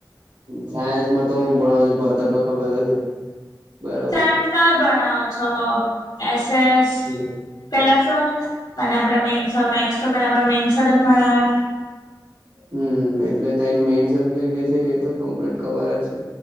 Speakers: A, on the right (about 85°); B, on the left (about 75°).
A: સાયન્સ માં તો હું ભણ છ તમને ખબર તોશે બરાબર.
B: સેન્સાર ભણાવો છો તો એસએસ
A: આપડું
B: પેલા સર અને- આપડા મેન સર મેક્સ તો પેલા મેનસર જના.
A: હમ્મ એટલે ત મેઈન સબ્જેક્ટ જે છે, એ તો કમ્પ્લીટ કવર જ છે.